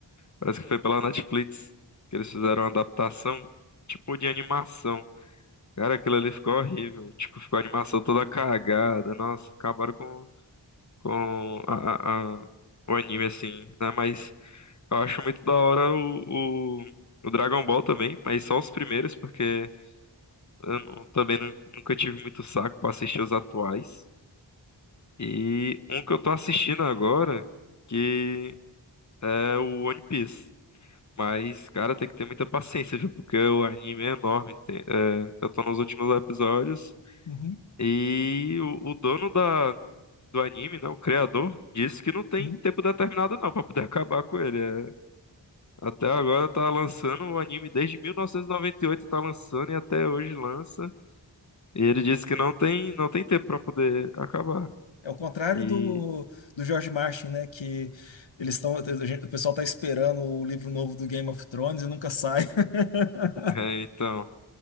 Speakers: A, on the left (about 40°); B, on the left (about 85°).
A: Parece que foi pela Netflix que eles fizeram uma adaptação, tipo, de animação. Cara, aquilo ali ficou horrível. Tipo, ficou a animação toda cagada. Nossa, acabaram com, com a, a- a- o anime, assim, né? Mas. Eu acho muito da hora o, o, o Dragon Ball também, mas só os primeiros, porque eu não- também nu- nunca tive muito saco pra assistir os atuais. E um que eu tô assistindo agora, que é o One Piece. Mas, cara, tem que ter muita paciência, viu? Porque o anime é enorme. tem- é, eu tô nos últimos episódios.
B: uhum,
A: E o, o dono da, do anime, né? O criador, disse que não tem
B: uhum.
A: tempo determinado não pra poder <laughs> acabar com ele. É Até agora tá lançando o anime desde 1998 tá lançando e até hoje lança. E ele disse que não tem não tem tempo pra poder acabar.
B: É o contrário
A: E
B: do, do George Martin, né? Que eles estão, o pessoal tá esperando o livro novo do Game of Thrones e nunca sai. <laughs>
A: é, então,